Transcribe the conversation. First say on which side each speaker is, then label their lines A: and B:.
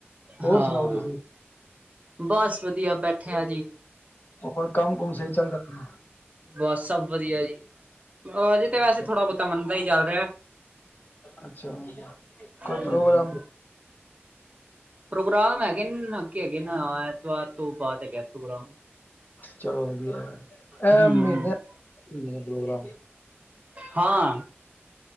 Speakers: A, on the left; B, on the right.
A: ਹੋਰ
B: ਹਾਂ
A: ਸੁਣਾਓ ਤੁਸੀਂ?
B: ਬਸ ਵਧੀਆ, ਬੈਠੇ ਆ ਜੀ।
A: ਹੋਰ ਕੰਮ ਕੁਮ ਸਈ ਚੱਲਦਾ ਪੇਆ ਏ।
B: ਬਸ ਸਭ ਵਧੀਆ ਜੀ, ਅਜੇ ਤੇ ਵੈਸੇ
A: ਚਲੋ,
B: ਥੋੜਾ ਬਹੁਤਾ ਮੰਨਦਾ ਈ ਚੱਲ ਰਿਆ।
A: ਅੱਛਾ, ਕੋਈ
B: ਹਮ
A: ਪ੍ਰੋਗਰਾਮ?
B: ਪ੍ਰੋਗਰਾਮ ਹੈਗੇ ਨੇ, ਨ ਅਗੇ ਹੈਗੇ ਨਾ, ਐਤਵਾਰ ਤੋਂ ਬਾਅਦ ਹੈਗਾ ਏ ਪ੍ਰੋਗਰਾਮ।
A: ਚਲੋ ਵਧੀਆ ਏ, ਏਹ
B: ਹਮ
A: ਮਹੀਨੇ,
B: ਹਮ
A: ਮੀਨੇ ਦੇ ਪ੍ਰੋਗਰਾਮ।
B: ਹਾਂ।